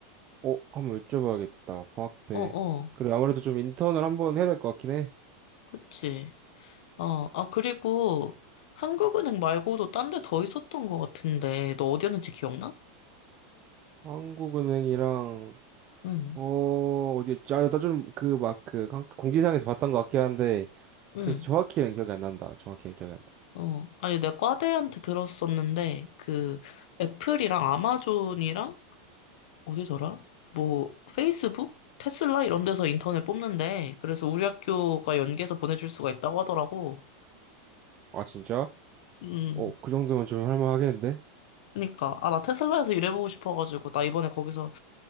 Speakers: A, on the right; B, on the left.
A: 어 한번 여쭤봐야겠다. 방학 때.
B: 어, 어,
A: 그래 아무래도 좀 인턴을 한번 해야 될 것 같긴 해.
B: 그치. 어, 아, 그리고 한국은행 말고도 딴 데 더 있었던 것 같은데 너 어디였는지 기억나?
A: 한국은행이랑
B: 응,
A: 어, 어디, 아, 나좀 그, 막, 그, 강- 공지사항에서 봤던 것 같긴 한데,
B: 응,
A: 그래서 정확히는 기억이 안 난다. 정확히는 기억이 안
B: 어. 아니, 내가 과대한테 들었었는데, 그, 애플이랑 아마존이랑, 어디더라? 뭐, 페이스북? 테슬라? 이런 데서 인턴을 뽑는데, 그래서 우리 학교가 연계해서 보내줄 수가 있다고 하더라고.
A: 나. 아, 진짜?
B: 음,
A: 어, 그 정도면 좀 할만하겠는데?
B: 그니까. 아, 나 테슬라에서 일해보고 싶어가지고, 나 이번에 거기서